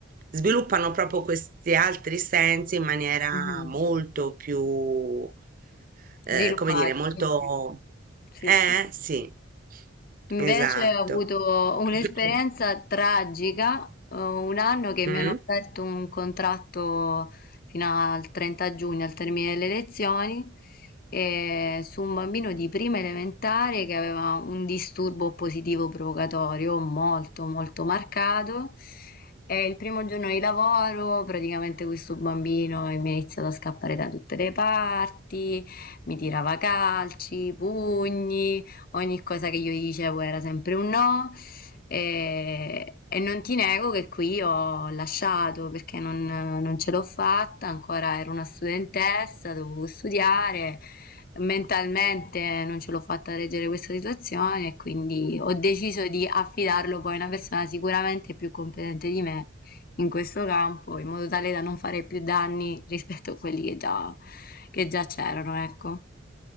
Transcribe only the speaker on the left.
Mhm.
Sviluppare,
sì, sì. Sì,
sì.
Invece
ho avuto un'esperienza
tragica, eh, un anno che
mi hanno offerto un contratto fino al 30 giugno, al termine delle lezioni, eh, su un bambino di prima elementare che aveva un disturbo positivo provocatorio molto molto marcato. E il primo giorno di lavoro, praticamente questo bambino mi ha iniziato a scappare da tutte le parti, mi tirava calci, pugni. Ogni cosa che io gli dicevo era sempre un no e, e non ti nego che qui ho lasciato perché non, non ce l'ho fatta, ancora ero una studentessa, dovevo studiare, mentalmente non ce l'ho fatta reggere questa situazione e quindi ho deciso di affidarlo poi a una persona sicuramente più competente di me in questo campo, in modo tale da non fare più danni rispetto a quelli che già, che già c'erano, ecco.